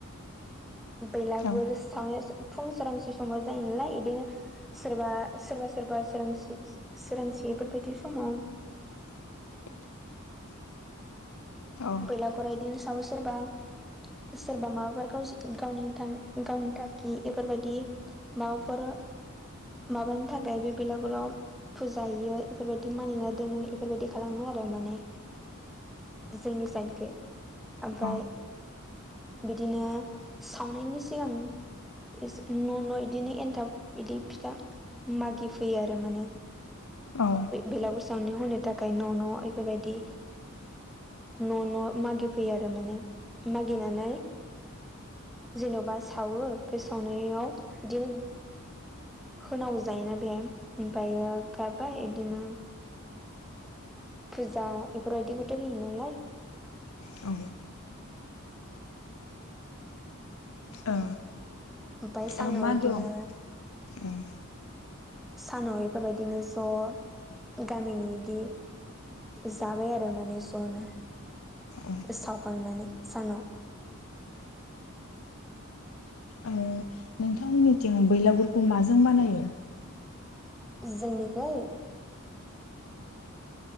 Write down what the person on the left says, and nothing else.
औ
<inaudible> औ
औ
औ
औ ओ
ओ मा <unintelligible>
उम
औ
आरो नोंथां मिनिथिं बैलागुरखौ माजों बानायो